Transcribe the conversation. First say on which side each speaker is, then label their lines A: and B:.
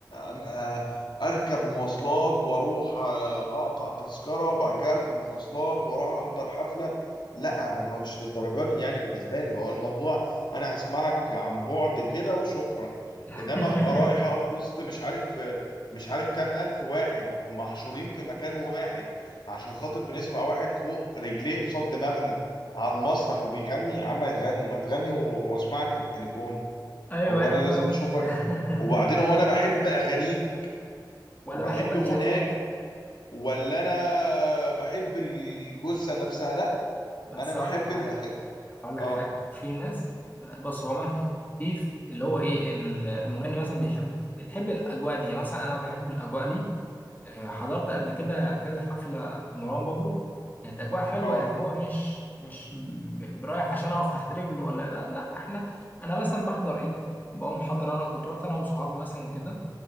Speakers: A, on the left; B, on the left.
A: أم- آه، اركب مواصلات واروح آه، اقطع تذكره وبعد كده اركب مواصلات واروح احضر حفله لا هما مش للدرجه دي يعني بالنسبه لي هو الموضوع انا هسمعك عن بعد كده وشكرا
B: <laughs>
A: انما ابقى رايح اقف وسط مش عارف آه، مش عارف كام الف واحد محشورين في مكان واحد عشان خاطر بنسمع واحد فوق رجليه قصاد دماغنا على المسرح وبيغني يا عم يغني ما تغني و- واسمعك في التليفون
B: أيوه
A: هو
B: أيوه
A: انا لازم
B: فاهم
A: اشوفك
B: <laughs>
A: وبعدين هو انا بحب اغانيك
B: ولا
A: وبحب
B: بحبك
A: غناك
B: شكلك
A: ولا انا بحب الجثه نفسها لا
B: بس
A: انا بحب
B: هقول لك حاجة
A: الاغاني
B: هقول لك
A: اه
B: حاجة في ناس بص هو من في في- اللي هو إيه المغني مثلا بيحب بيحب الأجواء دي يعني مثلا أنا بحب الأجواء دي آه، حضرت قبل كده كذا حفلة لمروان بابلو كانت أجواء حلوة
A: اه
B: يعني هو مش مش م- رايح عشان أقف تحت رجله ولا لا لا إحنا أنا مثلا بحضر إيه بقوم حاضر أنا كنت رحت أنا وصحابي مثلا وكده